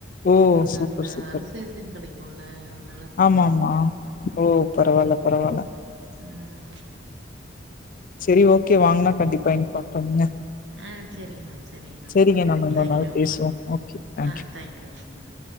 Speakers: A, on the left (about 45°); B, on the right (about 70°).
A: ஓ
B: அங்க
A: சூப்பர்
B: அந்த
A: சூப்பர்
B: அல்சேசன் கெடைக் உள்ள அதுல
A: ஆமா ஆமா ஓ பரவால்ல பரவால்ல
B: ம்ம்
A: சேரி ஓககே வாங்குனா கண்டிப்பா இன்ஃபார்ம் பண்ணுங்க
B: ஆஹ் சேரிங் மேம் சேரிங் மேம்
A: செரிங்க
B: ஓகே
A: நம்ம
B: மேம்
A: இன்னொரு
B: தேங்கியூ
A: நாள் பேசுவோ
B: மேம்
A: ஓகே தேங்க்யூ
B: ஆஹ் தேங்கியூ மேம்